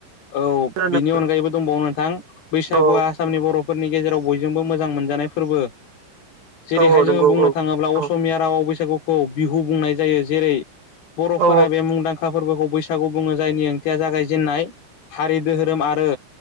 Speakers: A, on the left; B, on the right.
A: औ
B: खोनादों
A: बिनि अनगायैबो दंबावो नोंथां बैसागुआ
B: औ
A: आसामनि बर' फोरनि गेजेराव बयजोंबो मोजां मोनजानाय फोरबो। जेरैहाय
B: औ औ
A: जोङो
B: नंगौ
A: बुंनो
B: औ
A: थाङोब्ला असमिया
B: औ
A: रावाव बैसागुखौ बिहु बुंनाय जायो जेरै बर'फोरा
B: औ
A: बे मुंदांखा फोरबोखौ बैसागु बुङो जायनि ओंथिया जागायजेननाय हारि दोरोम आरो